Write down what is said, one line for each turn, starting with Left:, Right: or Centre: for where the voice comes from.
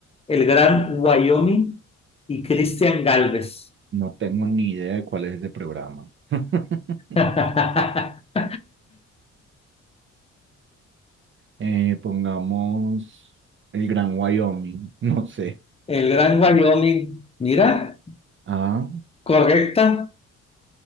Left: el gran Wyoming y Cristian Galvez.
Right: No tengo ni idea de cuál es ese programa. <laughs>
Left: <laughs>
Right: Eh, pongamos el Gran Wyoming, <laughs> no sé.
Left: El gran Wyoming, mira,
Right: Ah,
Left: correcta.